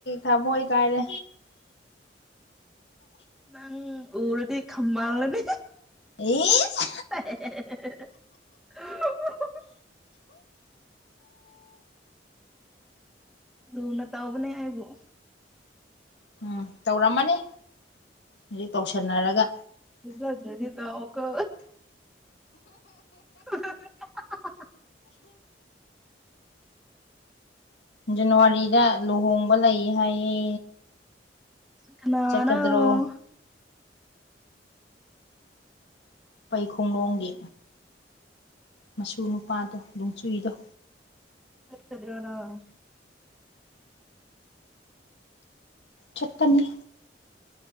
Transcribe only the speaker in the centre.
ꯅꯪ ꯎꯔꯗꯤ ꯈꯝꯕꯜꯂꯥꯅꯤ
ꯍꯦ ꯍꯦ ꯍꯨ ꯍꯨ ꯂꯨꯅ ꯇꯧꯕꯅꯦ ꯑꯩꯕꯨ
ꯄꯤꯖꯗ꯭ꯔꯥꯗꯤ ꯇꯧꯀꯣ ꯍꯥꯍꯤꯍꯥ
ꯀꯅꯥꯅꯣ
ꯆꯠꯀꯗ꯭ꯔꯣ ꯅꯪ